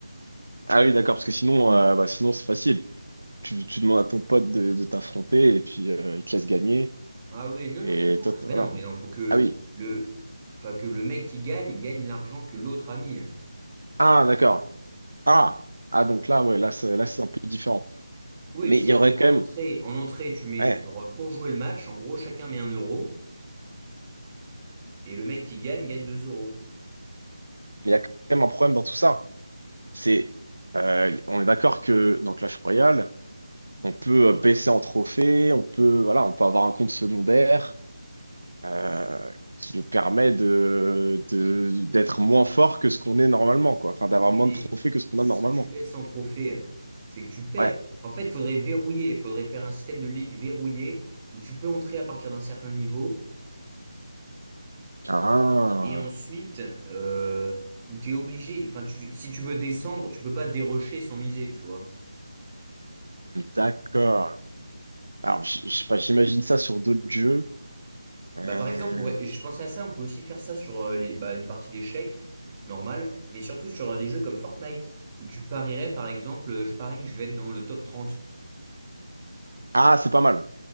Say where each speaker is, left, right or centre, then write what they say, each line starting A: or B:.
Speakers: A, on the right; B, on the right.
A: ah oui, d'accord, parce que sinon, euh, bah, sinon c'est facile. Tu, tu demandes à ton pote de, de t'affronter et puis euh, il te laisse gagner.
B: Ah oui, non,
A: Et
B: non, non, non.
A: toi, t'es-
B: Mais
A: voilà.
B: non, mais non, faut que
A: Ah oui.
B: le, enfin, que le mec qui gagne gagne l'argent que l'autre a mis.
A: Ah, d'accord. Ah. Ah, donc là, ouais, là, c'est, là, c'est un peu différent.
B: Oui,
A: Mais
B: mais c'est-à-dire
A: il y aurait
B: qu'en
A: quand même,
B: entrée, en entrée, tu mets,
A: ouais,
B: genre, pour jouer le match, en gros, chacun met un euro et le mec qui gagne gagne 2 euros.
A: mais il y a quand même un problème dans tout ça. C'est, euh, on est d'accord que dans Clash Royale, on peut euh, baisser en trophée, on peut, voilà, on peut avoir un compte secondaire euh, qui nous permet de, de- d'être moins fort que ce qu'on est normalement, quoi. Enfin, d'avoir
B: Oui,
A: moins
B: mais
A: de trophées que ce qu'on
B: si
A: a normalement.
B: tu baisses en trophée, c'est que tu perds.
A: Ouais.
B: En fait, il faudrait verrouiller, il faudrait faire un système de ligue verrouillé où tu peux entrer à partir d'un certain niveau
A: Ah.
B: et ensuite euh, où tu es obligé, enfin, tu- si tu veux descendre, tu peux pas dérocher sans miser, tu vois.
A: D'accord. Alors, j- je sais pas, j'imagine ça sur d'autres jeux. Euh,
B: Bah, par exemple, ouais, je pensais à ça, on peut aussi faire ça sur euh, les, bah, une partie d'échecs, normal, mais surtout sur euh, des jeux comme Fortnite où tu parierais, par exemple, euh, je parie que je vais être dans le top 30.
A: Ah, c'est pas mal.